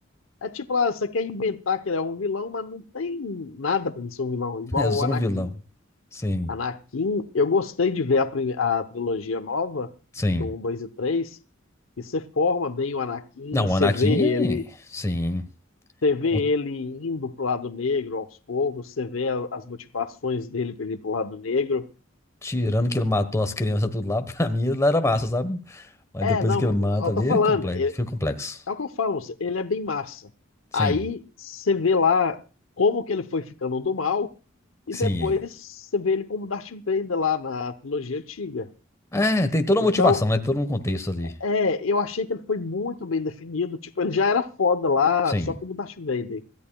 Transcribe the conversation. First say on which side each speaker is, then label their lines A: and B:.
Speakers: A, on the left; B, on the left.
A: É tipo lá, você quer inventar que ele é um vilão, mas não tem nada pra ele ser um vilão, igual
B: <laughs> É só
A: o Anakin.
B: um vilão. Sim,
A: Anakin, eu gostei de ver a, prime- a trilogia nova,
B: sim.
A: do um, 2 e 3. e você forma bem o Anakin,
B: Não,
A: e você
B: o Anakin,
A: vê ele,
B: sim.
A: você vê
B: Com-
A: ele indo pro lado negro aos poucos, você vê a- as motivações dele pra ele ir pro lado negro.
B: Tirando que ele matou as crianças tudo lá, <laughs> pra mim ele era massa, sabe? Mas
A: É,
B: depois
A: não,
B: que ele mata
A: eu
B: ali,
A: tô falando,
B: fica complexo.
A: é,
B: Fica complexo.
A: é o que eu falo, ele é bem massa.
B: Sim.
A: Aí você vê lá como que ele foi ficando do mal E
B: Sim,
A: depois você vê ele como Darth Vader lá na trilogia antiga.
B: É, tem toda
A: Então,
B: a motivação, né? Todo um contexto ali.
A: é, eu achei que ele foi muito bem definido. Tipo, ele já era foda lá,
B: Sim,
A: só como Darth Vader.